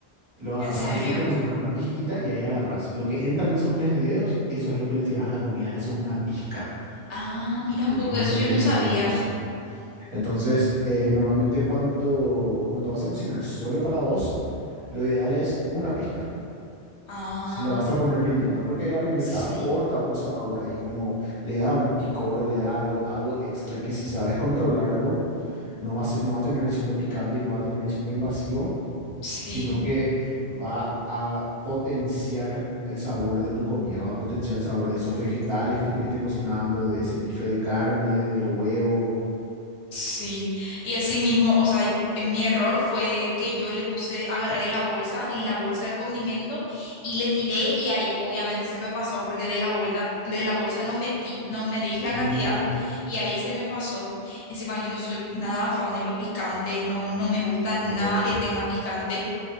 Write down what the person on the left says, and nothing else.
¿en
serio?
Ah, mira
un poco, eso
yo no sabía.
Ah,
sí,
sí.
Sí, y así mismo, o sea, en mi error fue que yo le puse, agarré de la bolsa, la bolsa del condimento y le tiré y ahí obviamente se me pasó porque de la bolsa, de la bolsa no metí, no me di la
cantidad y ahí se me pasó. Encima yo no soy nada fan de lo picante, no, no me gusta nada
que tenga picante